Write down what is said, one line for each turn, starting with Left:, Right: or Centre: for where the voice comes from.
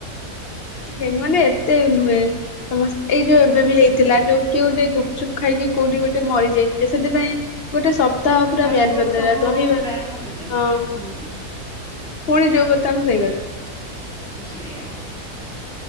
Left: ସେମାନେ ଏତେ ନୁହେଁ ସମସ୍ତ ଏଇ ଯୋଉ ଏବେ ବି ହେଇଥିଲା ଯୋଉ କିଏ ଗୋଟେ ଗୁପଚୁପ ଖାଇକି କୋଉଠି ଗୋଟେ ମରିଯାଇଥିଲେ ସେଥିପାଇଁ ଗୋଟେ ସପ୍ତାହ ପୁରା
Centre: ଫାଷ୍ଟଫୁଡ
Left: ବ୍ୟାନ କରିଦେଲା
Centre: ସବୁ
Left: ଦହିବାର
Centre: ବ୍ୟାନ କରିଦେଲେଣି।
Left: ହଁ
Centre: ହୁଁ
Left: ପୁଣି ଯୋଉ କଥାକୁ ସେଇ କଥା
Centre: ମୁଁ ସେଇୟା।